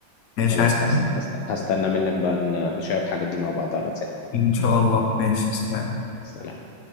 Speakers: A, on the left (about 55°); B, on the left (about 75°).
A: ماشي
B: خلاص
A: عايز حاجة؟
B: هست... هست... هستنى منك بقى ن- نشير الحاجات دي مع بعض على الواتساب
A: إن شاء الله ماشي سلام
B: سلام